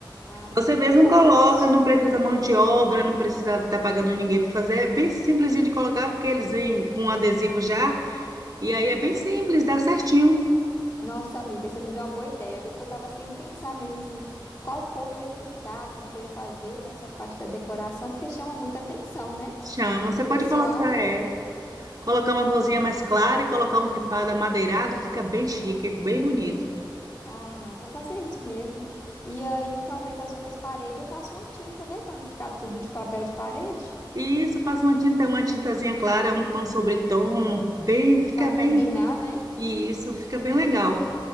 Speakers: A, on the left (about 45°); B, on the right (about 50°).
A: Ah,
B: Você
A: eu
B: mesmo
A: vou fazer
B: coloca,
A: isso.
B: não precisa mão de obra, não precisa estar pagando ninguém para fazer. É bem simplesinho de colocar, porque eles vêm com adesivo já. E aí é bem simples, dá certinho.
A: Nossa, amiga, você me deu uma boa ideia, viu? Porque eu tava sem pensar mesmo, assim, qual cor que eu ia pintar, como que eu ia fazer nessa parte da decoração, porque chama muita atenção, né?
B: Chama, você
A: O pessoal
B: pode colocar,
A: fica
B: é. Colocar uma cozinha mais clara e colocar um ripado amadeirado, fica bem chique, bem bonito.
A: Ah, não, vou fazer isso mesmo. E aí, talvez as outras paredes eu passo uma tinta, né? Pra não ficar tudo de papel de parede.
B: Isso, passa uma tinta, uma tintazinha clara, um tom sobre tom, bem, fica
A: Pra combinar,
B: bem,
A: né?
B: e isso fica bem legal.